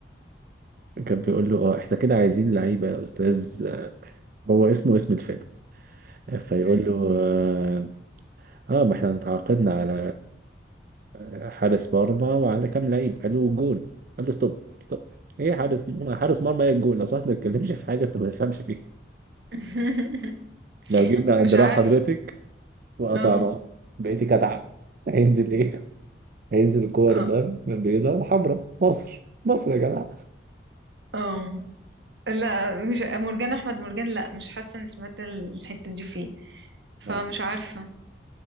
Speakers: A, on the right; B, on the right.
A: كان بيقول له اه احنا كده عايزين لعيبة يا استاذ آه، هو اسمه اسم الفيلم فيقول
B: مم.
A: له اه آه، ما احنا تعاقدنا على آه، حارس مرمى وعلى كام لعيب قال له جول قال له ستوب ستوب ايه حارس حارس مرمى ايه الجول لو صح ما تتكلمش في حاجة انت ما تفهمش فيها
B: <laughs>
A: لو جبنا
B: مش
A: دراع
B: عارف
A: حضرتك وقطعناه
B: اه
A: بقيتي كتعة هينزل ايه؟ هينزل كور
B: اه
A: ضرب بيضاء وحمراء مصر مصر يا جماعة
B: اه لا مش مرجان احمد مرجان لا مش حاسة اني سمعت الحتة دي فيه فمش
A: <laughs>
B: عارفة